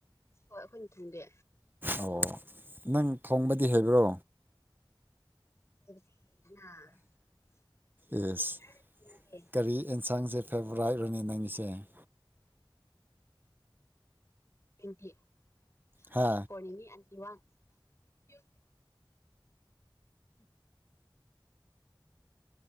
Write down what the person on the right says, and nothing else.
ꯑꯣ ꯅꯪ ꯊꯣꯡꯕꯗꯤ ꯍꯩꯕ꯭ꯔꯣ
ꯑꯦꯁ ꯀꯔꯤ <unintelligible> ꯅꯪꯒꯤꯁꯦ
ꯍꯥ